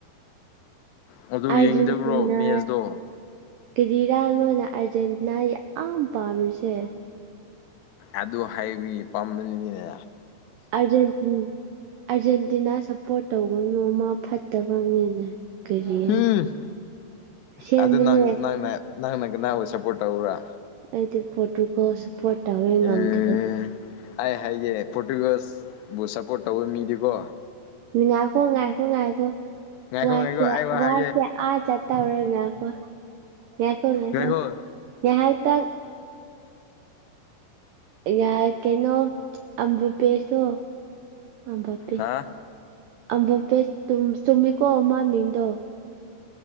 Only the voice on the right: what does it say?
ꯑꯔꯖꯦꯟꯇꯤꯅꯥ
ꯀꯦꯔꯤꯔꯥ ꯅꯣꯏꯅ ꯑꯥꯔꯖꯦꯟꯇꯤꯅꯥ ꯌꯥꯝ ꯄꯥꯝꯃꯤꯁꯦ
ꯑꯔꯖꯦꯟꯇꯤꯅꯥ ꯑꯥꯔꯖꯦꯟꯇꯤꯅꯥ ꯁꯞꯄꯣꯔꯠ ꯇꯧꯕꯅꯣꯡꯃ ꯐꯠꯇꯕ ꯃꯤꯅꯦ ꯀꯔꯤ
ꯁꯦꯝꯕꯅꯦ
ꯑꯩꯗꯤ ꯄꯣꯠꯇꯨꯀꯣ ꯁꯞꯄꯣꯔꯠ ꯇꯧꯋꯦ
ꯉꯝꯗ꯭ꯔꯦ
ꯅꯨꯡ ꯉꯥꯏꯈꯣ ꯉꯥꯏꯈꯣ ꯉꯥꯏꯈꯣ
ꯋꯥꯁꯦ
ꯋꯥꯁꯦ ꯑ ꯆꯠꯇ ꯑꯣꯏꯔꯦꯕ ꯌꯥꯀꯣ ꯌꯥꯀꯣ
ꯌꯥ ꯍꯥꯏ ꯇ ꯌꯥ ꯀꯩꯅꯣ ꯑꯝꯕꯄꯦꯇꯣ ꯑꯝꯕ ꯄꯦ
ꯑꯝꯕꯞ ꯄꯦꯁ ꯆꯨꯝꯃꯤꯀꯣ ꯃ ꯃꯤꯡꯗꯣ